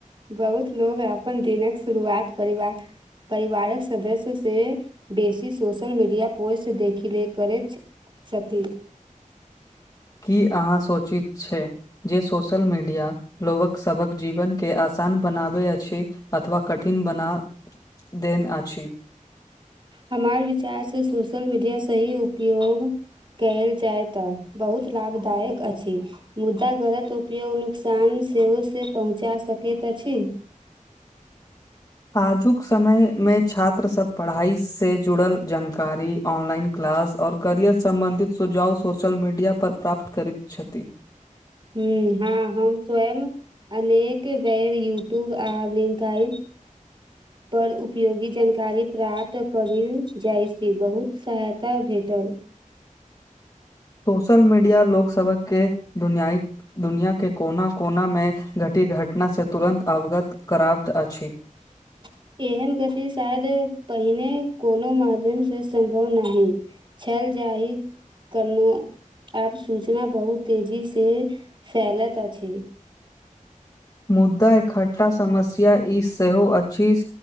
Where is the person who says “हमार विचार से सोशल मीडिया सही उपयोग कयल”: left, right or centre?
Right